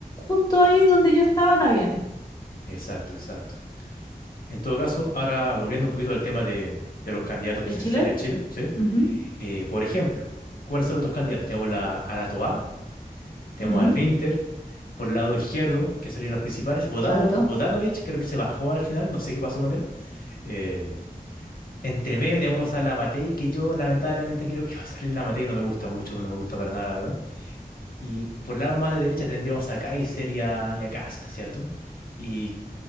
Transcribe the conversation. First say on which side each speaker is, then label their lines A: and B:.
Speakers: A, on the left (about 25°); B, on the left (about 65°).
A: justo ahí donde yo estaba no habían.
B: Exacto, exacto. En todo caso, ahora volviendo un poquito al tema de, de los candidatos
A: ¿De
B: presidenciales
A: Chile?
B: de Chile, ¿sí?
A: Ujú,
B: Eh, por ejemplo, ¿cuáles son los otros candidatos? Tenemos la, a la Toa, tenemos
A: ujú,
B: al Winter, por el lado izquierdo, que serían los principales. Vodado,
A: exacto.
B: Vodanovic creo que se bajó al final, no sé qué pasó con él. Eh, entre medio tenemos a la Matei, que yo lamentablemente creo que va a salir la Matei, no me gusta mucho, no me gusta para nada, la verdad. Y por el lado más de derecha tendríamos a Kaiser y a, y a Kast, ¿cierto? Y